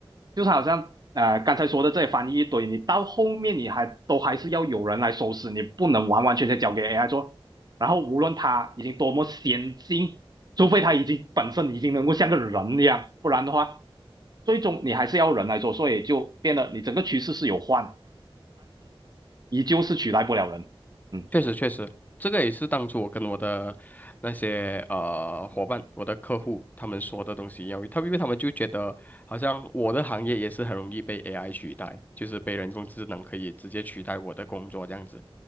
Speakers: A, on the right; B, on the left.
A: 就是好像呃刚才说的这些翻译一堆，你到后面你还都还是要有人来收拾，你不能完完全全交给 AI 做。然后无论它已经多么先进，除非他已经本身已经能够像个人一样，不然的话，最终你还是要人来做，所以就变得你整个趋势是有换，依旧是取代不了人。嗯
B: 确实，确实，这个也是当初我跟我的那些呃伙伴、我的客户他们说的东西一样，他们因为他们就觉得好像我的行业也是很容易被 AI 取代，就是被人工智能可以直接取代我的工作这样子。